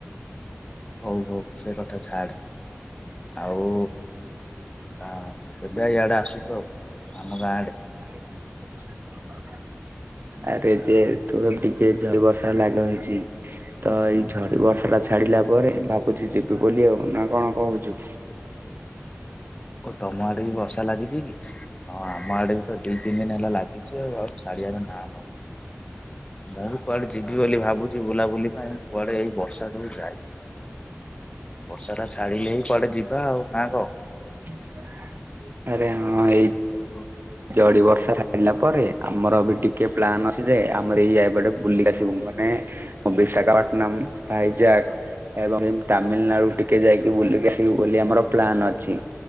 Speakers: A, on the left (about 20°); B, on the right (about 50°).
A: ହଉ ହଉ ସେ କଥା ଛାଡ ଆଉ କ କେବେ ଇଆଡେ ଆସୁଛୁ ଆଉ ଆମ ଗାଁ ଆଡ଼େ।
B: <inaudible> ଯେ ତୁମେ ଟିକେ ଝରି ବର୍ଷା ଲାଗ ହେଇଛି। ତ ଏଇ ଝଡି ବର୍ଷା ଟା ଛାଡିଲା ପରେ ଭାବୁଛି ଯିବି ବୋଲି ଆଉ ନା କଣ କହୁଛୁ।
A: ତମ ଆଡେ ବି ବର୍ଷା ଲାଗିଛି କି ହଁ ଆମ ଆଡେ ବି ଦିଇ ତିନି ଦିନ ହେଲା ଲାଗିଛି ଆଉ ଆଉ ଶାଡିଆର ନାଁ ନଉ ମୁଁ ବି କୁଆଡେ ଯିବି ବୋଲି ଭାବୁଛି ବୁଲାବୁଲି ପାଇଁ କୁଆଡେ ଏଇ ବର୍ଷା ସବୁ ଯାଇ ବର୍ଷାଟା ଛାଡ଼ିଲେ ହି କୁଆଡେ ଯିବା ଆଉ ନା କହ।
B: ହ <inaudible> ଆରେ ହଁ ଏଇ
A: ଚଜ <inaudible>
B: ଜଡି ବର୍ଷା ଛାଢିଲା ପରେ ଆମର ବି ଟିକେ ପ୍ଲାନ୍ ଅଛି ଯେ ଆମର ଏଇ ଯାଇପଟେ ବୁଲି ଆସିବୁ ମାନେ ବିଶାଖାପାଟନମ ଭାଇଜାକ ଏବଂ ତାମିଲନାଡୁ ଟିକେ ଯାଇକି ବୁଲିକି ଆସିବୁ ବୋଲି ଆମର ପ୍ଲାନ ଅଛି।